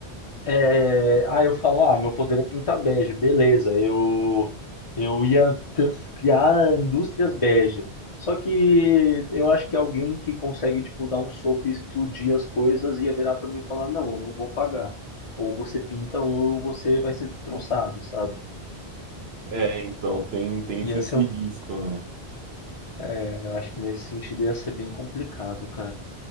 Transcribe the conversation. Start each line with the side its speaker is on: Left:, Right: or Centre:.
Left: É, aí eu falo, ah, meu poder é pintar bege, beleza, eu, eu ia trans- criar indústrias bege. Só que eu acho que alguém que consegue, tipo, dar um soco e explodir as coisas ia virar pra mim e falar, não, eu não vou pagar. Ou você pinta ou você vai ser destroçado, sabe?
Right: É, então tem, tem esse,
Left: Ia
Right: esse
Left: ser um...
Right: risco, né?
Left: é, eu acho que nesse sentido ia ser bem complicado, cara.